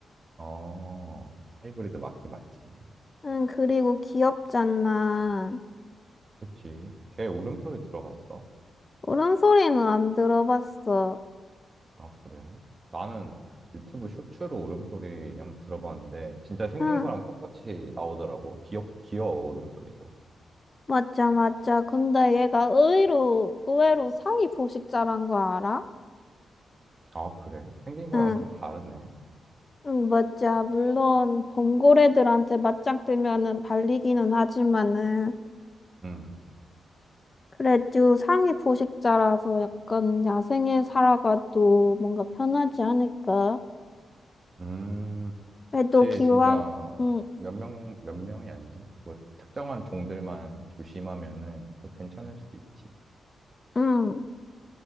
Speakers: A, on the right (about 30°); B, on the left (about 30°).
A: 어, 하이브리드 맞긴 맞지.
B: 응, 그리고 귀엽지 않나.
A: 그치. 걔 울음소리 들어봤어?
B: 울음소리는 안 들어봤어.
A: 아, 그래. 나는 유튜브 쇼츠로 울음소리 한번 들어봤는데, 진짜 생긴
B: 응.
A: 거랑 똑같이 나오더라고. 귀엽, 귀여워, 울음소리도.
B: 맞아, 맞아. 근데 얘가 의외로, 의외로 상위 포식자란 거 알아?
A: 아, 그래? 생긴 거랑
B: 응
A: 좀 다르네.
B: 응, 맞아. 물론 범고래들한테 맞짱 뜨면은 발리기는 하지만은
A: 음,
B: 그래도 상위 포식자라서 약간 야생에 살아가도 뭔가 편하지 않을까?
A: 음,
B: 그래도
A: 그치.
B: 기왕
A: 진짜
B: 응,
A: 몇 명, 몇 명이 아니지? 뭐, 특정한 종들만 조심하면은 또 괜찮을 수도 있지.
B: 응.